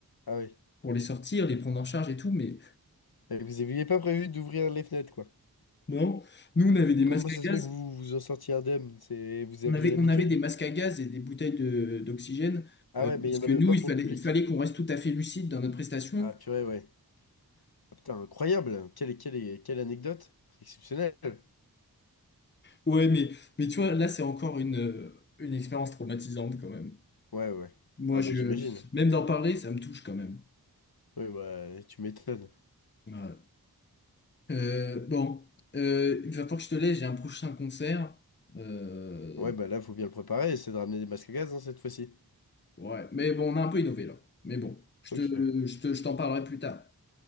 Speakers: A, on the left; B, on the left.
A: Ah ouais.
B: pour les sortir, les prendre en charge et tout, mais
A: Et vous aviez pas prévu d'ouvrir les fenêtres, quoi.
B: non. Nous, on avait des masques
A: Comment ça
B: à gaz.
A: se fait que vous vous en sortiez indemne? C'est... Vous
B: On
A: aviez
B: avait,
A: l'habitude?
B: on avait des masques à gaz et des bouteilles de, d'oxygène
A: Ah
B: euh,
A: ouais, mais
B: parce
A: il y en
B: que
A: avait
B: nous,
A: pas
B: il
A: pour
B: fallait,
A: le public.
B: il fallait qu'on reste tout à fait lucide dans notre prestation.
A: Ah purée, ouais. Ah, putain, incroyable. Quelle, quelle, quelle anecdote. Exceptionnelle.
B: Ouais, mais, mais tu vois, là, c'est encore une, euh, une expérience traumatisante quand même.
A: Ouais, ouais.
B: Moi,
A: Ah mais
B: je,
A: j'imagine.
B: même d'en parler, ça me touche quand même.
A: Oui, bah tu m'étonnes.
B: Ouais. Euh, bon, euh, il va falloir que je te laisse, j'ai un prochain concert. Euh,
A: Ouais, bah là, faut bien le préparer, c'est de ramener des masques à gaz hein, cette fois-ci.
B: ouais, mais bon, on a un peu innové là. Mais bon, je
A: Ok.
B: te, je te, je t'en parlerai plus tard.